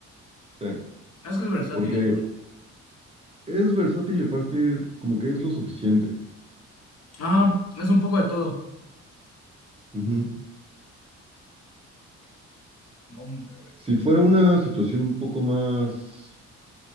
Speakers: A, on the right (about 20°); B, on the left (about 55°).
A: Sí,
B: Es que es versátil.
A: porque
B: la
A: es versátil y aparte como que es lo suficiente.
B: Ah, es un poco de todo.
A: Ujú.
B: No, hombre.
A: Si fuera una situación un poco más